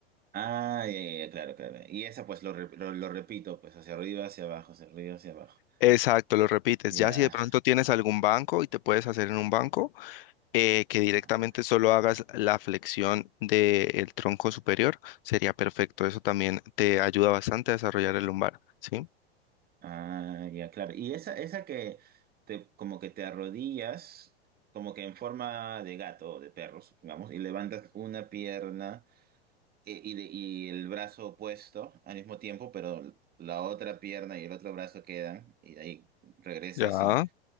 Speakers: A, on the right; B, on the left.
A: Ah, ya, ya, ya, claro, claro. Y esa pues lo, re- lo, lo repito, pues hacia arriba, hacia abajo, hacia arriba, hacia abajo.
B: Exacto, lo repites.
A: Ya.
B: Ya si de pronto tienes algún banco y te puedes hacer en un banco, eh, que directamente
A: Ah,
B: solo hagas la flexión del tronco superior, sería perfecto. Eso también te ayuda bastante a desarrollar el lumbar, ¿sí?
A: ah, ya, claro. Y esa, esa que te, como que te arrodillas, como que en forma de gato o de perro, supongamos, y levantas una pierna e- y, de- y el brazo opuesto al mismo tiempo, pero la otra pierna y el otro brazo quedan, y de ahí regresas
B: Ya.
A: y...